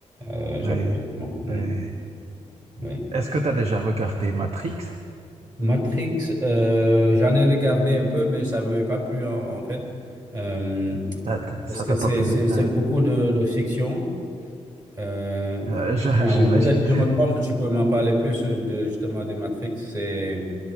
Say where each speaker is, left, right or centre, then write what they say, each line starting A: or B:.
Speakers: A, on the right; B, on the right.
A: euh, j'aime
B: Oui.
A: absolument. Mm,
B: Euh,
A: oui.
B: Est-ce que tu as déjà regardé Matrix?
A: Matrix, euh, j'en ai regardé un peu, mais ça ne m'avait pas plu en, en fait. Euh,
B: Ça t-
A: parce
B: ça
A: que
B: t'a
A: c'est
B: pas plu,
A: c'est- c'est
B: hein
A: beaucoup de, de fiction. Euh,
B: Euh, je-
A: enfin,
B: <laughs> j'imagine.
A: ou peut-être que je me trompe, tu peux m'en parler plus euh, de, justement des Matrix. C'est,